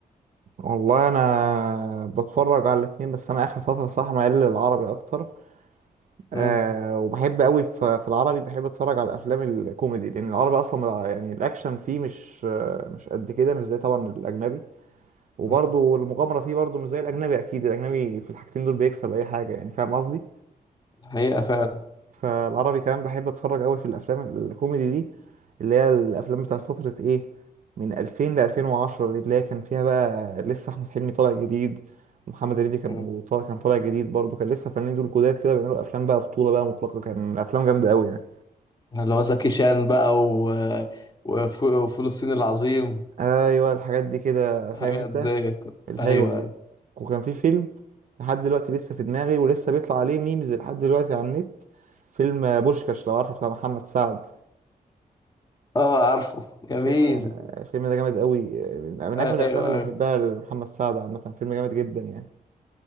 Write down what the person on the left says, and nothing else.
مم.
مم.
الحقيقة فعلا
مم.
اللي هو زكي شان بقى و... وف- وفلسطين العظيم
حاجات
ديت
ايوه ايوه
اه عارفه جميل
ايوه
ايوه